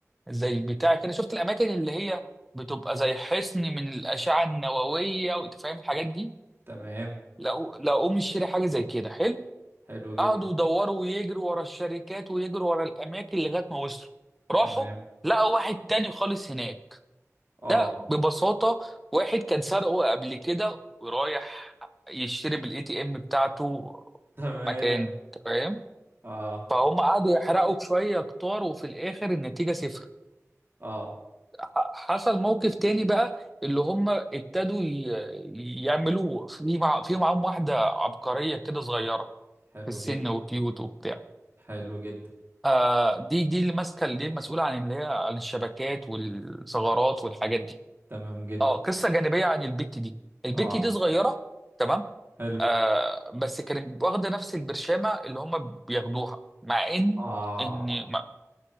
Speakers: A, in the centre; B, on the right (about 45°).
A: زي بتاع كده شفت الاماكن اللي هي بتبقى زي حصن من الاشعه النوويه وانت فاهم الحاجات دي
B: تمام
A: لقوه لقوه مشتري حاجه زي كده حلو
B: حلو جدا
A: قعدوا يدوروا ويجروا ورا الشركات ويجروا ورا الاماكن لغايه ما وصلوا راحوا
B: تمام
A: لقوا واحد تاني خالص هناك
B: اه
A: لا ببساطة واحد كان سرقه قبل كده ورايح يشتري بالاي تي ام بتاعته
B: <laughs> تمام
A: مكان أنت فاهم
B: اه
A: فهم قعدوا يحرقوا شوية كتار وفي الآخر النتيجة صفر
B: اه
A: ح- حصل موقف تاني بقى اللي هم ابتدوا ي- يعملوا في مع... في معاهم واحدة عبقرية كده صغيرة
B: حلو
A: في السن
B: جدا
A: وكيوت وبتاع
B: حلو جدا
A: آه دي دي اللي ماسكة دي المسؤولة عن اللي هي عن الشبكات والثغرات والحاجات دي
B: تمام جدا
A: اه قصه جانبيه عن البت دي البت
B: اه
A: دي صغيره تمام
B: حلو
A: آه بس كانت واخده نفس البرشامه اللي هم بياخدوها مع ان
B: اه
A: ان ما-